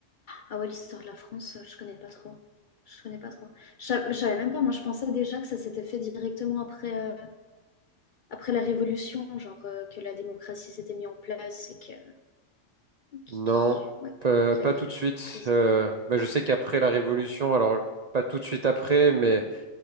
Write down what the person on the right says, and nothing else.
Non,
pas,
pas
tout de suite.
euh, bah, je sais qu'après la Révolution, alors pas tout de suite après, mais